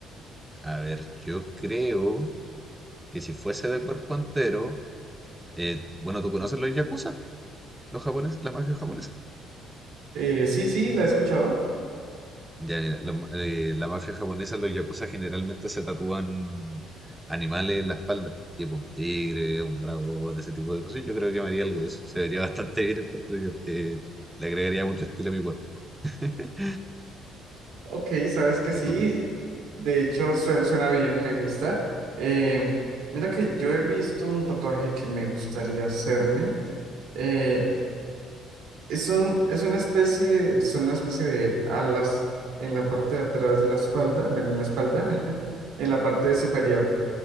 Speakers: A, in the centre; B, on the right.
A: a ver, yo creo que si fuese de cuerpo entero, eh, bueno, ¿tú conoces los yakuza? ¿Los japoneses? ¿La mafia japonesa?
B: Eh, sí, sí, la he escuchado.
A: Ya, mira, los ma- eh, la mafia japonesa, los yakuza generalmente se tatúan animales en la espalda, tipo un tigre, un dragón, ese tipo de cosas. Yo creo que me haría algo de eso. Se vería bastante bien en cuanto yo. Eh, le agregaría mucho estilo a mi cuerpo. <laughs>
B: Ok, sabes que sí,
A: ¿Y tú?
B: de hecho sue- suena bien, me gusta. Eh, mira que yo he visto un tatuaje que me gustaría hacerme. Eh, es un- es una especie, son una especie de alas en la parte de atrás de la espalda, bueno, en la espalda, <laughs> en la parte superior,